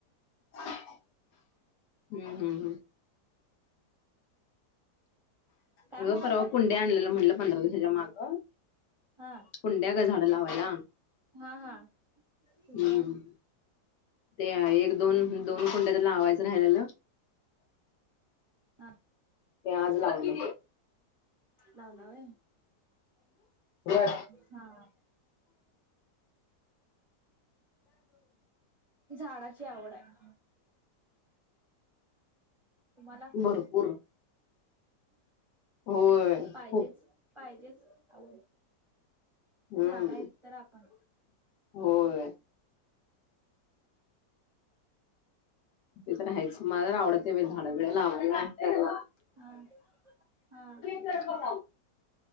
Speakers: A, on the left; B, on the right.
A: हम्म हम्म हम्म
B: काय
A: अग
B: म्हणालता
A: परवा कुडया आणलेलं म्हनलं पंधरा दिवसाच्या मागं
B: हा
A: कुंड्या ग झाड लावायला.
B: हा हा
A: हम्म
B: कुंड्या
A: ते एक दोन दोन कुंड्या तर लावायचं राहिल्याल.
B: हा
A: ते आज लावलो
B: लावला व्हय
A: बघ
B: हा झाडाची आवड आहे. तुम्हाला?
A: भरपूर होय
B: पाहिजेच
A: खूप
B: पाहिजेच आवड
A: हम्म
B: झाड आहेत तर आपण
A: होय हम्म ते तर आहेच मला आवडतं नाही बाई झाड बिड लावायला करायला.
B: हा हा
A: <unintelligible>